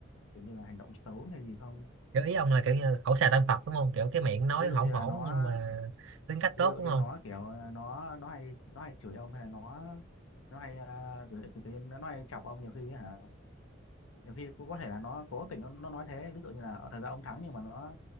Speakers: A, on the left; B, on the right.
A: kiểu như là hành động xấu hay gì không
B: kiểu ý ông là kiểu như khẩu xà tâm Phật đúng không kiểu cái miệng nói
A: ví dụ
B: hổn
A: như
B: hổn
A: là nó
B: nhưng mà tính cách
A: ví
B: tốt
A: dụ
B: đúng
A: như
B: không
A: nó kiểu ờ, nó nó hay nó hay chửi ông hay là nó nó hay à, kiểu, kiểu, kiểu, nó nó hay chọc ông nhiều khi hả nhiều khi cũng có thể là nó cố tình nó, nó nói thế ví dụ như là ở thời gian ông thắng nhưng mà nó,